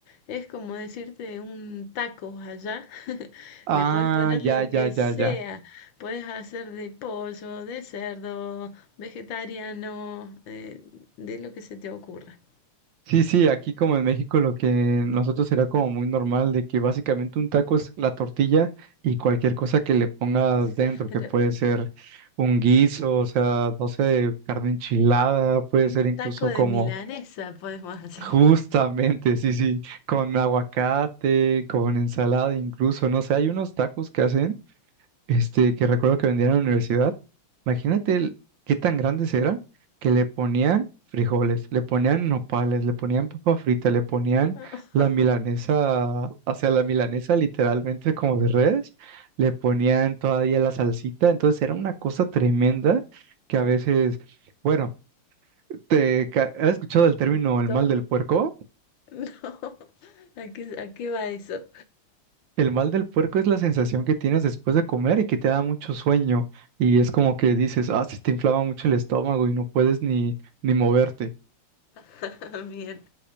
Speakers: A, on the left; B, on the right.
A: Es como decirte un taco allá, <laughs>
B: Ah,
A: le puedes poner lo
B: ya,
A: que
B: ya,
A: sea.
B: ya, ya.
A: Puedes hacer de pollo, de cerdo, vegetariano, eh, de lo que se te ocurra.
B: Sí, sí, aquí como en México lo que nosotros será como muy normal de que básicamente un taco es la tortilla y cualquier cosa que le pongas dentro,
A: <laughs>
B: que puede ser un guiso, o sea, no sé, carne enchilada, puede ser
A: Un
B: incluso
A: taco de
B: como
A: milanesa podemos hacer.
B: justamente, sí, sí, con aguacate, con ensalada incluso, no sé, hay unos tacos que hacen. este, que recuerdo que vendían en la universidad, imagínate el- qué tan grandes eran, que le ponían frijoles, le ponían nopales, le ponían papa frita, le ponían
A: <laughs>
B: la
A: No,
B: milanesa, o sea, la milanesa literalmente como de redes, le ponían todavía la salsita, entonces era una cosa tremenda que a veces, bueno, ¿te ca- has escuchado el término
A: de
B: el
A: todo.
B: mal del
A: <laughs>
B: puerco?
A: No. ¿A qué, a qué va eso?
B: El mal del puerco es la sensación que tienes después de comer y que te da mucho sueño y es como que dices, ah, se te inflama mucho el estómago y no puedes ni, ni moverte.
A: <laughs> Bien,